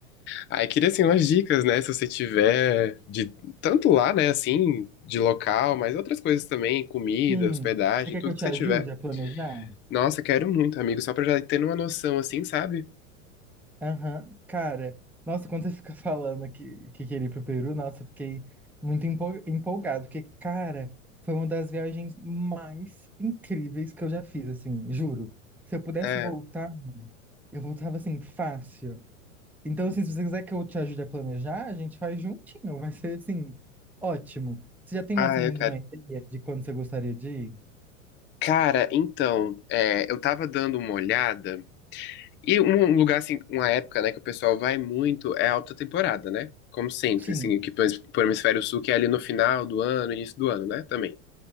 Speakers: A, on the left; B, in the centre.
A: Aí queria, assim, umas dicas, né? Se você tiver de tanto lá, né, assim, de local, mas outras coisas também, comida,
B: Sim.
A: hospedagem,
B: Você quer
A: tudo
B: que eu te
A: que você
B: ajude
A: tiver.
B: a planejar?
A: Nossa, quero muito, amigo, só pra já ter uma noção, assim, sabe?
B: Aham, Cara, nossa, quando você fica <laughs> falando que, que queria ir pro Peru, nossa, eu fiquei muito empol- empolgado, porque, cara, foi uma das viagens mais incríveis que eu já fiz, assim, juro. Se eu pudesse
A: É.
B: voltar, eu voltava assim, fácil. Então, assim, se você quiser que eu te ajude a planejar, a gente faz juntinho. Vai ser, assim, ótimo. Você já tem
A: Ah,
B: mais ou
A: eu
B: menos
A: quero.
B: uma ideia de quando você gostaria de ir?
A: Cara, então, é, eu tava dando uma olhada, e um um lugar assim, uma época, né, que o pessoal vai muito é a alta temporada, né? Como sempre,
B: Sim.
A: assim, aqui pro pro hemisfério sul, que é ali no final do ano, início do ano, né, também.